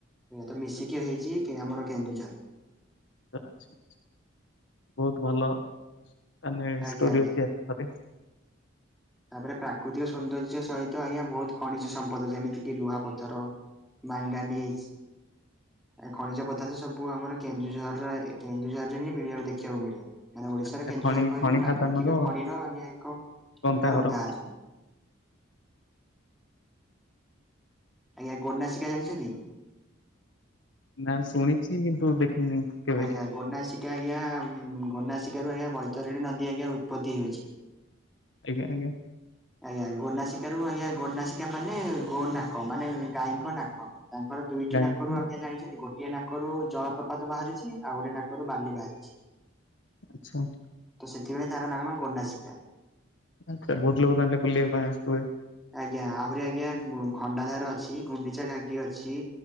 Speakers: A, in the centre; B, on the left.
A: ତ ମିଶିକି ହେଇଛି କେ ଆମର କେନ୍ଦୁଝର।
B: ଆଚ୍ଛା ଆଚ୍ଛା ବହୁତ ଭଲ ତାଲେ
A: ଆଜ୍ଞା ଆଜ୍ଞା
B: <unintelligible>
A: ତାପରେ ପ୍ରାକୃତିକ ସୌନ୍ଦର୍ଯ୍ୟ ସହିତ ଆଜ୍ଞା ବହୁତ ଖଣିଜ ସମ୍ପଦ ଯେମିତି କିି ଲୁହାପଥର। ମାଙ୍ଗାନିଜ। ଏ ଖଣିଜ ପଦାର୍ଥ ସବୁ ଆମର କେନ୍ଦୁଝରର କେନ୍ଦୁଝରରେ ହିଁ ମିଳ ଦେଖିବାକୁ ମିଳିବ। ମାନେ ଓଡିଶାର
B: ଆଛା
A: କେନ୍ଦୁଝର
B: ଖଣି
A: କହିଲେ
B: ଖଣି
A: ପ୍ରାକୃତିକ
B: ଖାଦାନର
A: ଖଣିର ଆଜ୍ଞା ଏକ ସୁନ୍ଦର
B: ଗନ୍ତା ଘର
A: ଉଦାହରଣ। ଆଜ୍ଞା ଗୋନାସିକା ଜାଣିଛନ୍ତି?
B: ନା ଶୁଣିଚି କିନ୍ତୁ ଦେଖିନି। କେବେ
A: ଆଜ୍ଞା ଗୋନାସିକା ଆଜ୍ଞା ଉଁ ଗୋନାସିକା ରୁ ଆଜ୍ଞା ବୈତରଣୀ ନଦୀ ଆଜ୍ଞା ଉପତ୍ତି ହଇଛି।
B: ଆଜ୍ଞା ଆଜ୍ଞା।
A: ଆଜ୍ଞା ଗୋନାସିକା ରୁ ଆଜ୍ଞା ଗୋନାସିକା ମାନେ ଗୋ ନାକ ମାନେ ଗାଈଙ୍କ ନାକ ତାଙ୍କର ଦୁଇଟି
B: ଜାଣିନି
A: ନାକରୁ ଆଜ୍ଞା ଜାଣିଛନ୍ତି ଗୋଟିଏ ନାକରୁ ଜଳପ୍ରପାତ ବାହାରିଛି ଆଉ ଗୋଟଏ ନାକରୁ ବାଲି ବାହାରିଛି।
B: ଆଚ୍ଛା।
A: ତ ସେଥିପାଇଁ ତାର ଗୋନାସୀକା।
B: ଆଚ୍ଛା ବହୁତ ଲୋକ ତା ହେଲେ ବୁଲିବା ପାଇଁ ଆସୁଥିବେ?
A: ଆଜ୍ଞା ଆହୁରି ଆଜ୍ଞା ଗୁଂ ଖଣ୍ଡା ଧାର ଅଛି ଗୁଣ୍ଡିଚା ଘାଗୀ ଅଛି।